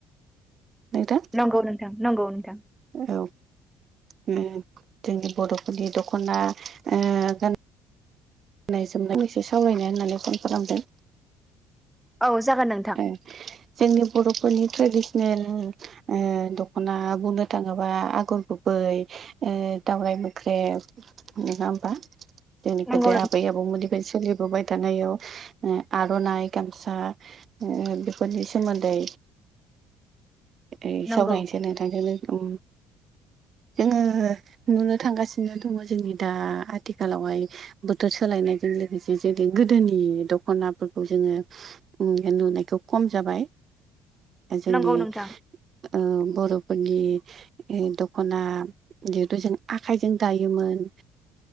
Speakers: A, on the right; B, in the centre.
A: नोंथां
B: नंगौ नोंथां नंगौ नोंथां
A: औ जोंनि बर'फोरनि दखना ओ गननाय जोमनाय एसे सावरायनो होननानै फन खालामदों
B: औ जागोन नोंथां
A: ओ जोंनि बर'फोरनि ट्रेडिसनेल ओ दखना बुंनो थाङोबा आगर गुबै ओ दावरायाइ मोख्रे नङा होमबा जोंनि
B: नंगौ
A: गोदो आबौ मोननिफ्रायनो सोलिबोबाय थानायाव आरननाइ गामसा ओ बेफोरनि सोमोन्दै
B: <inaudible>
A: ओ
B: नंगौ
A: सावरायनोसै नोंथांजों जोङो नुनो थांगासिनो दङ जोंनि दा आथिखालावहाय बो थोर सोलायनायजों लोगोसे जेरै गोदोनि दखनाफोरखौ जोङो नुनायखौ खम जाबाय जोंनि
B: नंगौ नोंथां
A: ओ बर'फोरनि दखना जिहेथु जों आखायजों दायोमोन